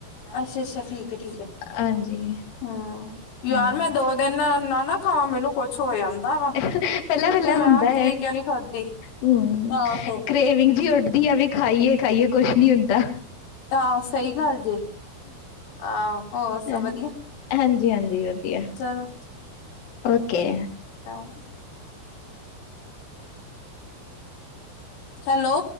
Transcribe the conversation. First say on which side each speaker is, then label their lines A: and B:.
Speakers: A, on the left; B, on the left.
A: ਅੱਛਾ ਅੱਛਾ ਠੀਕ ਹੈ ਠੀਕ ਹੈ
B: ਹਾਂਜੀ,
A: ਹੂੰ ਯਾਰ
B: ਹੂੰ
A: ਮੈਂ ਦੋ ਦਿਨ ਨਾ ਨਾ ਖਾਵਾਂ ਮੈਨੂੰ ਕੁੱਛ ਹੋ ਜਾਂਦਾ ਵਾ।
B: ਪਹਿਲਾ ਪਹਿਲਾ
A: ਕਿ
B: ਹੁੰਦਾ
A: ਮੈਂ ਪਨੀਰ ਕਿਉਂ ਨੀ ਖਾਧੀ।
B: ਹੂ,
A: ਆਹੋ।
B: ਬੇਵਿੰਗ ਜੀ ਉੱਡਦੀ ਆ ਵੀ ਖਾਈਏ ਖਾਈਏ ਕੁੱਛ ਨੀ ਹੁੰਦਾ
A: ਆਹ ਸਹੀ ਗੱਲ ਜੇ ਆਹ ਹੋਰ
B: ਹਾਂ-
A: ਸਭ ਵਧੀਆ।
B: ਹਾਂਜੀ ਹਾਂਜੀ ਵਧੀਆ।
A: ਚਲੋ
B: ਓਕੇ
A: ਹਾਂ, ਹੈਲੋ,